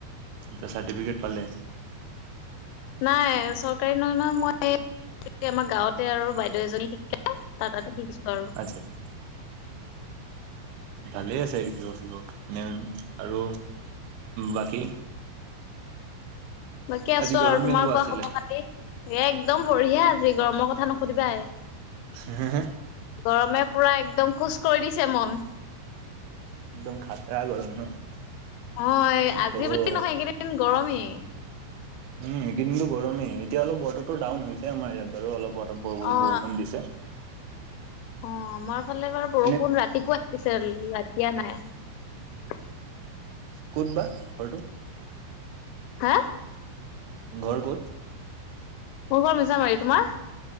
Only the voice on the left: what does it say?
নাই চৰকাৰী ন নহয় মই। আমাৰ গাঁৱতে আৰু বাইদেউ এজনী শিকাই তাতে শিকিছো। আৰু
বাকী
আছো
আৰু তোমাৰ
কোৱা
খবৰ খাতি? এ একদম বঢ়িয়া আজি গৰমৰ কথা নুসুধিবাই।
গৰমে পুৰা একদম খোজ কৰি দিছে মন।
অ'
আজি
বুলি নহয় এইকেইদিন গৰমেই।
অ'
অ' আমাৰ ফালে বাৰু বৰষুণ
ৰাতিপুৱা লাগিছে ৰা এ নাই।
হা
মোৰ ঘৰ মিছামাৰি তোমাৰ?